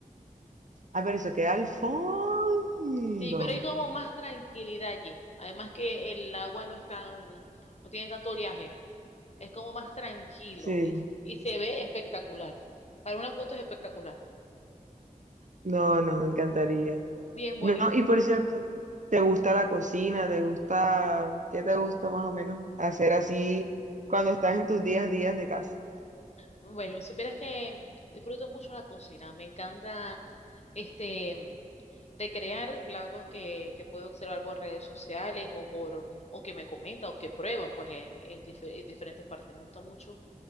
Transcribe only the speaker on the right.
A ver, eso queda al fondo.
Sí.
No, no, me encantaría.
No, y por cierto, ¿te gusta la cocina? ¿Te gusta, qué te gusta más o menos hacer así cuando estás en tus días días de casa?